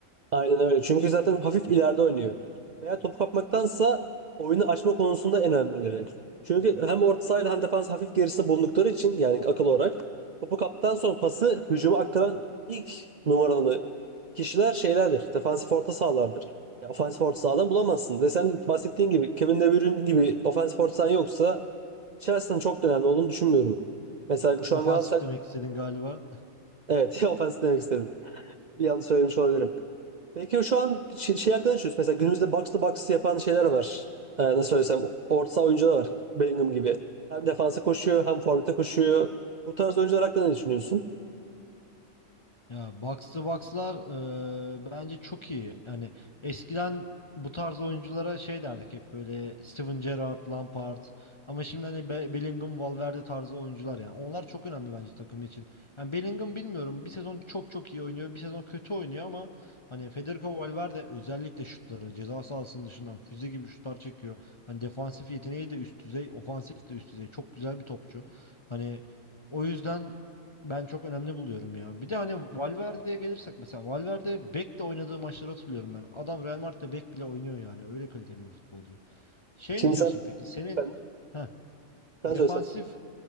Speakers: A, on the right; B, on the left.
A: Aynen öyle. Çünkü zaten hafif ileride oynuyor. Veya topu kapmaktansa oyunu açma konusunda en önemlileri. Çünkü hem orta sahayla hem defans hafif gerisi bulundukları için yani akıl olarak topu kaptan sonra pası hücuma aktaran ilk numaralı kişiler şeylerdir. Defansif orta sahalardır. Ya ofansif orta sahadan bulamazsın. Ve sen bahsettiğin gibi Kevin De Bruyne gibi ofansif orta sahan yoksa Chelsea'nin çok da önemli olduğunu düşünmüyorum. Mesela şu
B: Ofansif
A: an Galatasaray
B: demek istedin galiba.
A: evet <laughs> ya ofans demek istedim. Bir yanlış söylemiş olabilirim. Peki şu an şey, şey hakkında düşünüyorsun. Mesela günümüzde box to box yapan şeyler var. Ee, nasıl söylesem orta saha oyuncular var. Bellingham gibi. Hem defansa koşuyor hem forvete koşuyor. Bu tarz oyuncular hakkında ne düşünüyorsun?
B: Ya box to box'lar eee, bence çok iyi. Yani eskiden bu tarz oyunculara şey derdik hep böyle Steven Gerrard, Lampard ama şimdi hani Be- Bellingham, Valverde tarzı oyuncular yani. Onlar çok önemli bence takım için. Yani Bellingham bilmiyorum bir sezon çok çok iyi oynuyor, bir sezon kötü oynuyor ama hani Federico Valverde özellikle şutları ceza sahasının dışından füze gibi şutlar çekiyor. Hani defansif yeteneği de üst düzey, ofansif de üst düzey. Çok güzel bir topçu. Hani o yüzden ben çok önemli buluyorum ya. Bir de hani Valverde'ye gelirsek mesela Valverde bek de oynadığı maçları hatırlıyorum ben. Adam Real Madrid'de bek bile oynuyor yani. Öyle kaliteli bir futbolcu. Şey
A: Şimdi
B: ne diyorsun
A: sen
B: peki? Senin
A: efendim,
B: ha defansif
A: sen söyle sen söyle.